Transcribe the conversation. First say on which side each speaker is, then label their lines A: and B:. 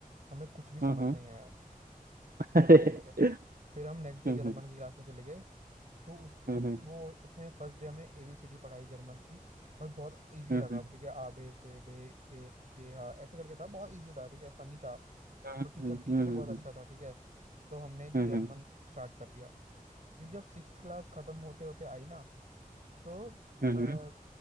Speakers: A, on the right; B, on the right.
A: हमें कुछ भी समझ
B: हम्म हम्म,
A: नहीं आया
B: अरे
A: चलो ठीक है फिर हम नेक्स्ट डे
B: हम्म
A: जर्मन की क्लास में चले गए तो उस
B: हम्म
A: उस
B: हम्म
A: वो उसने फर्स्ट डे हमने एबीसीडी पढ़ाई जर्मन की भाई बहुत इजी
B: हम्म
A: लगा ठीक है आ बे से डे ए के हा ऐसे करके था बहुत इजी था ठीक है फनी था
B: हम्म
A: तो टीचर
B: हम्म
A: टीचर
B: हम्म
A: ही बहुत अच्छा था ठीक है तो हमने
B: हम्म
A: जर्मन
B: हम्म
A: स्टार्ट कर दिया फिर जब सिक्स क्लास खत्म होते होते आई ना तो
B: हम्म
A: अ,
B: हम्म